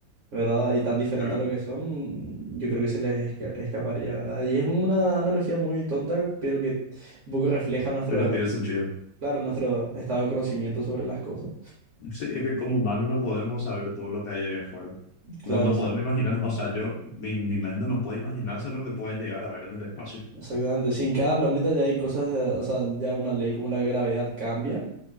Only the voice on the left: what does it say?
claro.
Pero tiene sentido.
Sí, es que como humanos no podemos saber todo lo que hay allá afuera.
No, no
podemos imaginar, o sea, yo, mi, mi mente no puede imaginarse lo que puede llegar a ver en el espacio.